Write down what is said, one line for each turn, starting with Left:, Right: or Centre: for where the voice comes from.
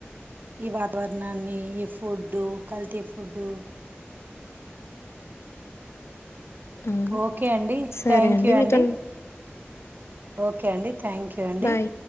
Right: ఈ వాతావరణాన్ని ఈ ఫుడ్డు కల్తీ ఫుడ్డు
Left: అవును
Right: ఓకే అండి
Left: సరే
Right: థ్యాంక్యూ
Left: మీతో
Right: అండి ఓకే అండి థ్యాంక్యూ అండి
Left: బాయ్